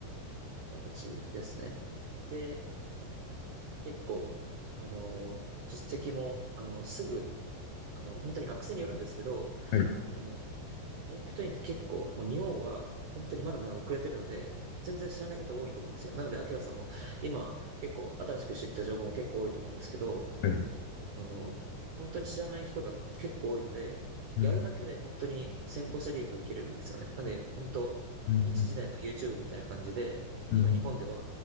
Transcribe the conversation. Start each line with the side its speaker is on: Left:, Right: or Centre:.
Right: 形ですね。で、結構、あの、実績も、あの、すぐ、あの、本当に学生によるんですけど、
Left: はい、
Right: あの、リンクトインって結構、もう日本は本当にまだまだ遅れてるので、全然知らない方多いと思うんですよ。なので、アキラさんも今結構新しく知った情報も結構多いと思うんですけど、
Left: はい、
Right: あの、本当に知らない人が結構多いので、やるだけで本当に先行者利益を受けれるんですよね。
Left: うん、
Right: なので、本当、
Left: うん、
Right: 一時代の YouTube みたいな感じで、
Left: うん、
Right: 今日本では、